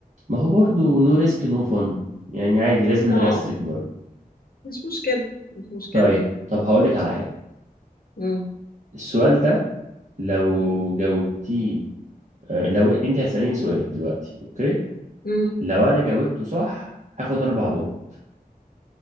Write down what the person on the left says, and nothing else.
اه
مش مشكلة مش مشكلة
مم.
مم.